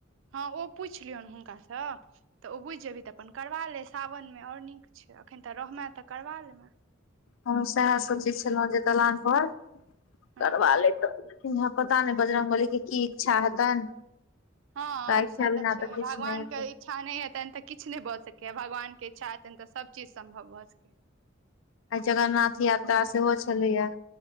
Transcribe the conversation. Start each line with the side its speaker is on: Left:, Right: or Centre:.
Right: हॅं ओ पूछि लियहुन हुनका स तऽ ओ बुझि जेभी तऽ अपन करबा ले सावन मे और नीक छै अखनि तऽ रहमैं तऽ करबा लेमैं।
Left: हमहुं सेहै सोचै छलहुँ जे दलान पर
Right: हँ
Left: करबा लैतौं। की हैत पता नहि बजरंगबली के की इच्छा हेतनि
Right: हॅं
Left: हुनका इच्छा
Right: से
Left: बिना
Right: तऽ छैय
Left: किछु
Right: भगवानके
Left: नहि हेतै
Right: इच्छा नहि हेतनि तऽ किछ नहि भऽ सकैए भगवानके इच्छा हेतनि तऽ सब चीज सम्भव भऽ सकेैयै।
Left: आइ जगन्नाथ यात्रा सेहो छलैयै।